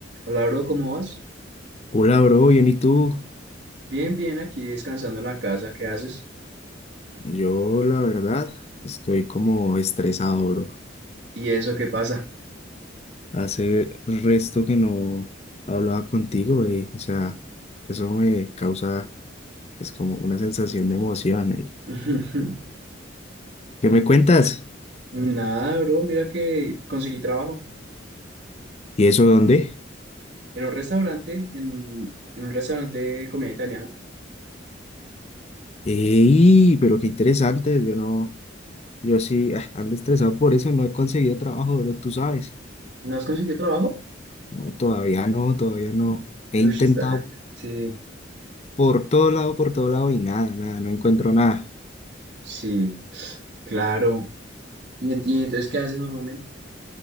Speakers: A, on the right; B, on the left.
A: Hola, bro, ¿cómo vas?
B: Hola, bro, bien, ¿y tú?
A: Bien, bien, aquí descansando en la casa, ¿qué haces?
B: Yo, la verdad, estoy como estresado, bro.
A: ¿Y eso qué pasa?
B: Hace resto que no hablaba contigo, güey. O sea, eso me causa, es como una sensación de emoción, güey.
A: <laughs>
B: ¿Qué me cuentas?
A: Nada, bro, mira que conseguí trabajo
B: ¿Y eso dónde?
A: en un restaurante, en, en un restaurante de comida italiana.
B: ¡Ey! Pero qué interesante. Yo no, yo sí ah, ando estresado por eso. No he conseguido trabajo, bro, tú sabes.
A: ¿No has conseguido trabajo?
B: No, todavía no, todavía no. He
A: Uy,
B: intentado
A: está. Sí,
B: por todo lado, por todo lado y nada, nada, no encuentro nada.
A: sí, claro. ¿Y, en- y entonces qué haces normalmente?